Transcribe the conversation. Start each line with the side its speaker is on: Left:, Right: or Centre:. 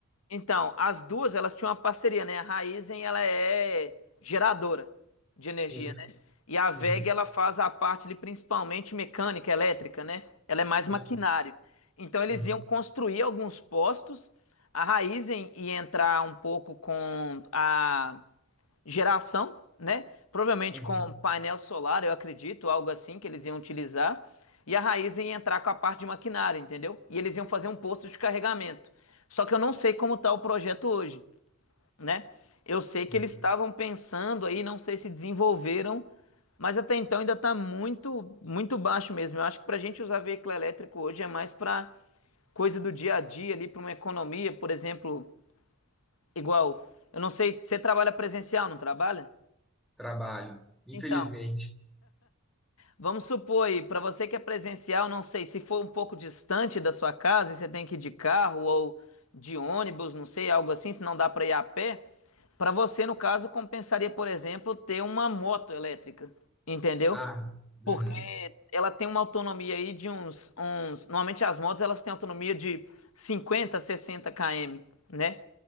Left: Então, as duas, elas tinham uma parceria, né? A Raizen, ela é geradora de energia,
Centre: Sim.
Left: né? E a WEG,
Centre: Uhum.
Left: ela faz a parte ali principalmente mecânica, elétrica, né? Ela é mais
Centre: Sim.
Left: maquinário. Então, eles
Centre: Uhum.
Left: iam construir alguns postos. A Raizen ia entrar um pouco com a geração, né? Provavelmente
Centre: Uhum.
Left: com painel solar, eu acredito, algo assim que eles iam utilizar. E a Raizen ia entrar com a parte de maquinário, entendeu? E eles iam fazer um posto de carregamento. Só que eu não sei como está o projeto hoje, né? Eu sei que
Centre: Uhum.
Left: eles estavam pensando aí, não sei se desenvolveram, mas até então ainda está muito, muito baixo mesmo. Eu acho que para a gente usar veículo elétrico hoje é mais para coisa do dia a dia ali, para uma economia, por exemplo, igual. Eu não sei, você trabalha presencial, não trabalha?
Centre: Trabalho, infelizmente.
Left: Então, vamos supor aí, para você que é presencial, não sei, se for um pouco distante da sua casa e você tem que ir de carro ou de ônibus, não sei, algo assim, se não dá para ir a pé, para você, no caso, compensaria, por exemplo, ter uma moto elétrica, entendeu?
Centre: Ah,
Left: Porque
Centre: uhum.
Left: ela tem uma autonomia aí de uns, uns. Normalmente as motos elas têm autonomia de 50, 60 km, né?